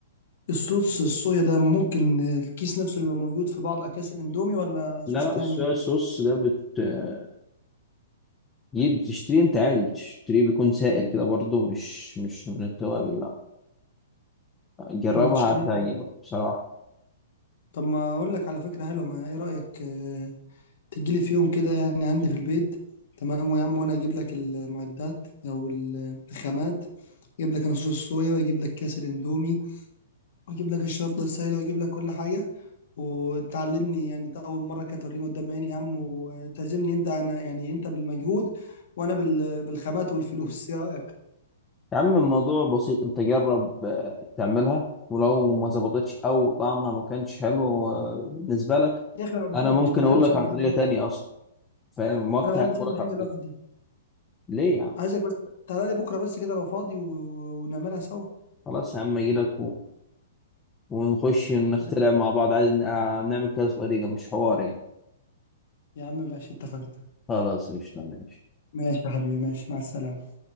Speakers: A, on the left; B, on the left.
A: الصوص الصويا ده ممكن الكيس نفسه يبقى موجود في بعض اكياس الاندومي ولا
B: لا
A: صوص
B: لا
A: تاني
B: الصويا الصوص ده بتجيب بتشتريه انت عادي بتشتريه بيكون سائل كده برضه مش مش من التوابل لا جربها
A: مم. تشتريه
B: هتعجبك
A: سائل
B: بصراحة
A: طب ما اقول لك على فكره حلوه ما ايه رايك آه، تجيلي في يوم كده يعني عندي في البيت تمام ويا عم وانا اجيب لك المعدات او ال- الخامات اجيب لك انا صوص الصويا واجيب لك كاس الاندومي واجيب لك الشطه السايله واجيب لك كل حاجه وتعلمني يعني ده اول مره كانت توريني قدام عيني يا عم وتعزمني انت انا يعني انت بالمجهود وانا بال- بالخامات والفلوس ايه رايك
B: يا عم الموضوع بسيط انت جرب آه، تعملها ولو ما ظبطتش او طعمها ما كانش حلو آه، بالنسبة لك
A: يا اخي انا ما بحبش
B: انا ممكن
A: ما بحبش
B: اقول لك
A: اعمل
B: على طريقة
A: حاجه لوحدي
B: تانية اصلا فاهم وقتها
A: انا ما بحبش
B: انا اقول
A: اعمل
B: لك
A: حاجه
B: على
A: لوحدي
B: طريقة ليه يا عم
A: عايزك بس تعالى لي بكره بس كده لو فاضي و... ونعملها سوا
B: خلاص يا عم اجي لك ونخش نخترع
A: لا.
B: مع بعض عادي آه، نعمل كذا طريقة مش حوار يعني
A: يا عم ماشي اتفقنا
B: خلاص قشطة ماشي
A: ماشي يا حبيبي ماشي مع السلامه